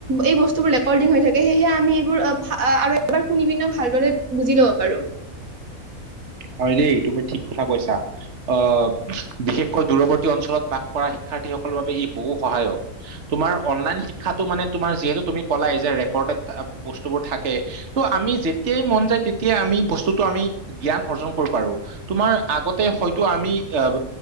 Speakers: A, on the right; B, on the right.
A: এই বস্তুবোৰ ৰেকৰ্ডিং হৈ থাকে। সেয়েহে আমি এইবোৰ আৰু এবাৰ শুনি পিনেও ভালদৰে বুজি ল'ব পাৰোঁ।
B: হয়, দেই। তুমি ঠিক কথা কৈছা। আহ, বিশেষকৈ দূৰৱৰ্তী অঞ্চলত বাস কৰা শিক্ষাৰ্থীসকলৰ বাবে ই বহু সহায়ক। তোমাৰ অনলাইন শিক্ষাটো মানে তোমাৰ যিহেতু তুমি ক'লাই যে ৰেকৰ্ডেড বস্তুবোৰ থাকে। ত' আমি যেতিয়াই মন যায়, তেতিয়াই আমি বস্তুটো আমি জ্ঞান অৰ্জন কৰিব পাৰোঁ। তোমাৰ আগতে হয়তো আমি অ',